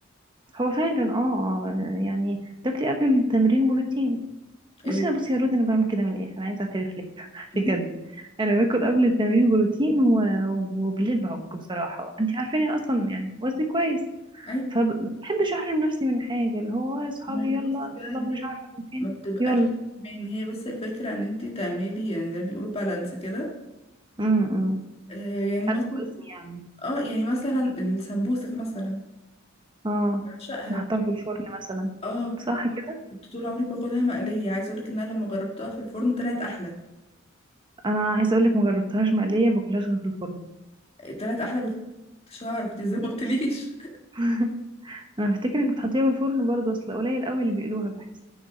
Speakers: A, on the right (about 25°); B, on the left (about 30°).
A: هو فعلا اه آه، يعني تاكلي قبل التمرين بروتين
B: ال...
A: بصي بصي يا رود انا بعمل كده من الاخر انا عايزه اعترف لك <laughs>
B: <laughs>
A: بجد انا باكل قبل التمرين بروتين و... وبالليل بعك بصراحه انت عارفاني أنا اصلا يعني وزني كويس
B: ايوه
A: فبحبش احرم نفسي من حاجه اللي هو اصحابي
B: ما هي بصي
A: يلا
B: بقى
A: نطلب
B: هي
A: مش عارفه من فين
B: ما بتبقاش
A: يلا
B: من هي بس الفكره ان انت تعملي يعني زي ما بيقولوا بالانس كده
A: امم
B: آه يعني
A: حتى
B: مثلا
A: وزني يعني
B: اه يعني مثلا السمبوسك مثلا
A: اه
B: بعشقها
A: نحطها في الفرن مثلا
B: اه آه،
A: صح كده
B: انا كنت طول عمري باكلها مقلية عايز اقولك ان انا لما جربتها في الفرن طلعت احلى
A: انا عايزه اقول لك ما جربتهاش مقليه باكلهاش غير في الفرن
B: طلعت احلى بكتير مش هعرف دي زي ما قلتليش <laughs>
A: <laughs> انا بفتكرك بتحطيها في الفرن برضه اصل قليل قوي اللي بيقلوها بحس